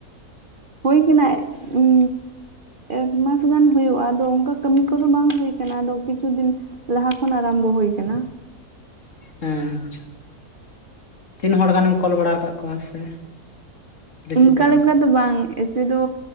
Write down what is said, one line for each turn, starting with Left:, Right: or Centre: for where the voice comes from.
Right: ᱦᱩᱭ ᱠᱟᱱᱟ, ᱩᱸ ᱮᱠ ᱢᱟᱥ ᱜᱟᱱ ᱦᱩᱭᱩᱜᱼᱟ᱾ ᱟᱫᱚ ᱚᱝᱠᱟ ᱠᱟᱹᱢᱤ ᱠᱚ-ᱫᱚ ᱵᱟᱝ ᱦᱩᱭ ᱠᱟᱱᱟ᱾ ᱟᱫᱚ ᱠᱤᱪᱷᱩ ᱫᱤᱱ ᱞᱟᱦᱟ ᱠᱷᱚᱱ ᱟᱨᱟᱢᱵᱚ ᱦᱩᱭ ᱟᱠᱟᱱᱟ᱾
Left: ᱦᱮᱸ ᱟᱪᱷᱟ᱾ ᱛᱤᱱ ᱦᱚᱲ ᱜᱟᱱᱮᱢ ᱠᱚᱞ ᱵᱟᱲᱟ ᱟᱠᱟᱫ ᱠᱚᱣᱟ ᱥᱮ? ᱨᱤᱥᱤᱵᱷ
Right: ᱚᱱᱠᱟ
Left: ᱵᱟᱲᱟ
Right: ᱞᱮᱠᱟ
Left: ᱟᱠᱟᱫ
Right: ᱫᱚ ᱵᱟᱝ, ᱮᱥᱮ ᱫᱚ